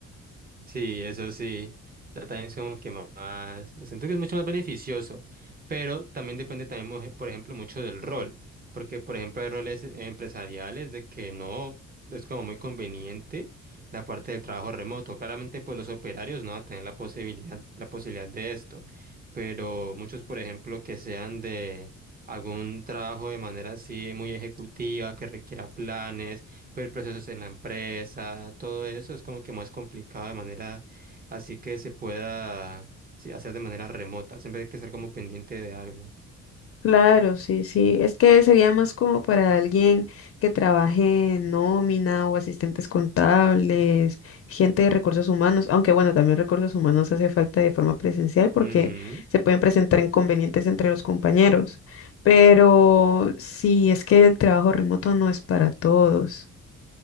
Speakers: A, on the right; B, on the left.
A: Sí, eso sí. da- También es como que más, siento que es mucho más beneficioso, pero también depende también, muje- por ejemplo, mucho del rol, porque, por ejemplo, hay roles eh, empresariales de que no es como muy conveniente la parte del trabajo remoto. Claramente, pues los operarios no van a tener la posibilidad, la posibilidad de esto, pero muchos, por ejemplo, que sean de algún trabajo de manera así muy ejecutiva, que requiera planes el proceso en la empresa, todo eso es como que más complicado de manera así que se pueda sí, hacer de manera remota. Siempre hay que estar como pendiente de algo.
B: Claro, sí, sí. Es que sería más como para alguien que trabaje en nómina o asistentes contables, gente de recursos humanos, aunque bueno, también recursos humanos hace falta de forma presencial porque
A: Ujú.
B: se pueden presentar inconvenientes entre los compañeros. Pero sí, es que el trabajo remoto no es para todos.